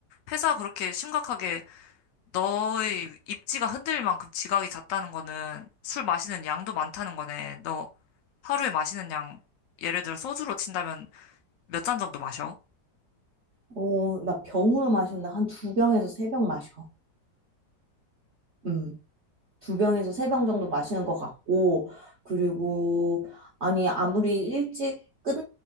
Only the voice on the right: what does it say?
어, 나 병으로 마신다. 한 두 병에서 세 병 마셔. 음. 두 병에서 세 병 정도 마시는 것 같고, 그리고, 아니, 아무리 일찍 끝,